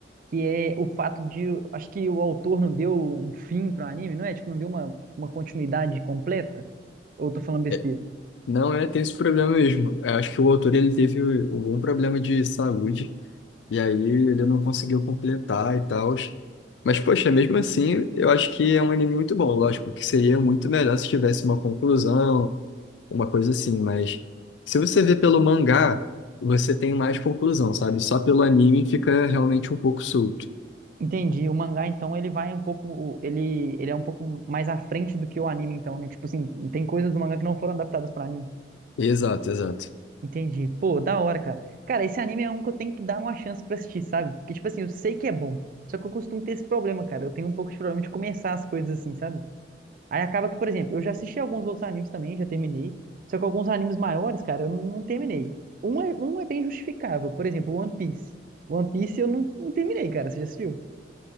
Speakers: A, on the right; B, on the left.
A: que é o fato de, acho que o autor não deu um fim pro anime, não é? Tipo, não deu uma, uma continuidade completa? Ou eu tô falando besteira?
B: É, não é, tem esse problema mesmo. Eu acho que o autor ele teve algum problema de saúde. E aí ele não conseguiu completar e tal. Mas, poxa, mesmo assim, eu acho que é um anime muito bom. Lógico que seria muito melhor se tivesse uma conclusão, uma coisa assim. Mas se você vê pelo mangá, você tem mais conclusão, sabe? Só pelo anime fica realmente um pouco solto.
A: Entendi. O mangá, então, ele vai um pouco, ele, ele é um pouco mais à frente do que o anime, então, né? Tipo assim, tem coisas do mangá que não foram adaptadas para anime.
B: Exato, exato.
A: Entendi. Pô, da hora, cara. Cara, esse anime é um que eu tenho que dar uma chance pra assistir, sabe? Porque, tipo assim, eu sei que é bom. Só que eu costumo ter esse problema, cara. Eu tenho um pouco de problema de começar as coisas assim, sabe? Aí acaba que, por exemplo, eu já assisti alguns outros animes também, já terminei. Só que alguns animes maiores, cara, eu não terminei. Um é, um é bem justificável. Por exemplo, One Piece. One Piece eu não, não terminei, cara. Você já assistiu?